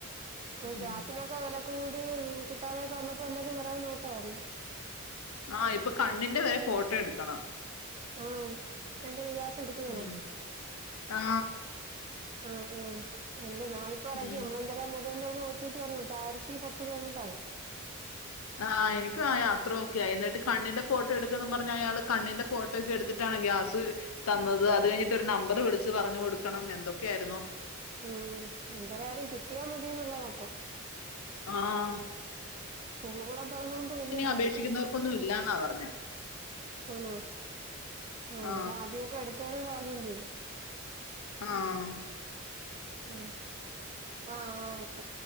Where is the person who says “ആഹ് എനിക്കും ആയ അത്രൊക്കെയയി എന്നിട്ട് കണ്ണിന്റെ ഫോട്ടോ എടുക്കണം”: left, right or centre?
Left